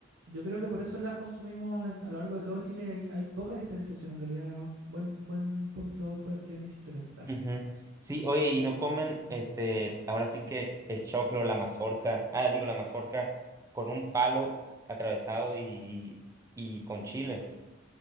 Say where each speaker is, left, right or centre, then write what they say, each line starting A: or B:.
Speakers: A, on the right (about 70°); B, on the right (about 15°).
A: yo creo que por eso las consumimos en- a lo largo de todo Chile y hay, hay poca diferenciación en realidad. Buen, buen punto fue el que me hiciste pensar.
B: Ujú. Sí, oye, y no comen, este, ahora sí que el choclo, la mazorca, ah, digo, la mazorca con un palo atravesado y, y con chile.